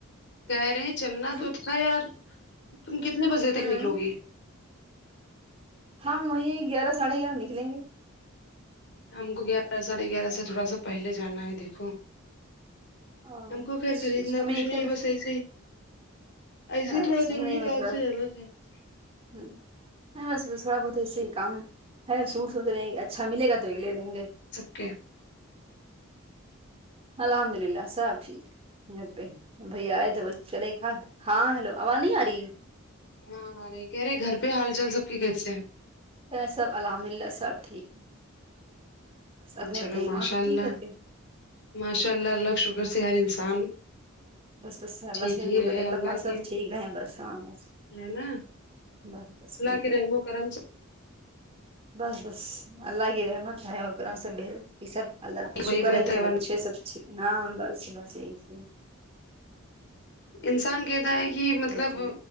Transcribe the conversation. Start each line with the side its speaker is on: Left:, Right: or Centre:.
Left: کہہ رہے ہیں چلنا تو
Right: ہ
Left: تھا یار تم کتنے بجے تک
Right: ہوں
Left: نکلو گی
Right: ہم وہی گیارہ ساڑھے گیارہ نکلیں گے
Left: ہم کو گیارہ ساڑھے گیارہ سے تھوڑا سا پہلے جانا ہے دیکھو
Right: اچھا
Left: ہم کو گھر خریدنا
Right: اچھا ہمیں
Left: کچھ
Right: اتنے
Left: نہیں بس ایسے ہی ایسے ہی
Right: اچھا
Left: تھوڑا ضروری
Right: نہیں میں
Left: کام
Right: تھوڑا
Left: سے جانا تھا
Right: ہ نہیں بس تھوڑا بہتسی کام ہے سوٹ سوچ رہے ہیں کہ اچھا ملے گا تو یہ لے لیں گے
Left: اوکے
Right: الحمد للہ سب ٹھیک گھر پہ بھیا آئے تو چلے کہا ہاں ہیلو آواز نہیں آ رہی ہے
Left: ہاں ہ رہے کہہ رہے گھر پہ حال چال سب کے کیسے ہیں
Right: تو سب الحمد للہ سب ٹھیک ہے بس اپنے
Left: چلو
Right: بتائیے
Left: ماشاء
Right: وہاں سب ٹھیک
Left: اللہ
Right: گھر پہ
Left: ماشاء اللہ اللہ شگر سے ہر انسان
Right: بس بس سے اللہ
Left: ٹھیک
Right: سے یہ
Left: ہی
Right: <unintelligible>
Left: رہے
Right: ہے اللہ پاک سب
Left: کی
Right: ٹھیک رہے ہیں بس ہاں بس
Left: ہے نہ
Right: بس بس وہی
Left: کے
Right: تو
Left: رحم و کرم سے
Right: بس بس اللہ کی رحمت ہے وہ کرم سب ہے یہ سب اللہ کا
Left: وہی
Right: شکر
Left: بہتر
Right: ہے کہ سب
Left: بن
Right: اچھے سب ہاں بس بس یہی چاہیے
Left: انسان کہتا ہے کہ مطلب
Right: تو